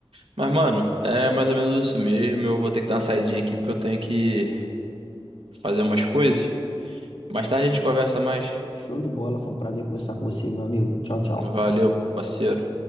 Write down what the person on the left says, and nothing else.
Show de bola, foi um prazer conversar com você, meu amigo. Tchau, tchau.